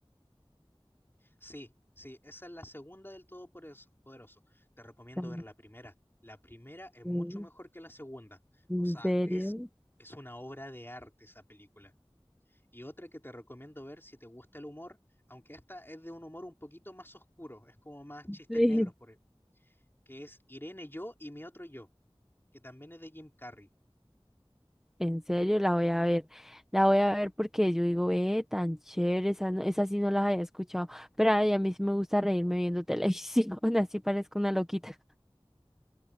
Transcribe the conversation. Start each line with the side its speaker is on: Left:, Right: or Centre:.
Left: Sí, sí, esa es la segunda del Todopoderoso. Poderoso. Te recomiendo
Centre: Ah,
Left: ver la primera. La primera es
Centre: sí,
Left: mucho mejor que la segunda.
Centre: ¿En
Left: O sea,
Centre: serio?
Left: es,
Centre: <laughs>
Left: es una obra de arte esa película. Y otra que te recomiendo ver si te gusta el humor, aunque esta es de un humor un poquito más oscuro, es como más chistes
Centre: Sí.
Left: negros, por- e, que es Irene Yo y mi otro yo, que también es de Jim Carrey.
Centre: En serio, la voy a ver. La voy a ver porque yo digo, eh, tan chévere, esa, no- esa sí no las había escuchado. Pero ay, a mí sí me gusta reírme viendo televisión, <laughs> así parezco una loquita.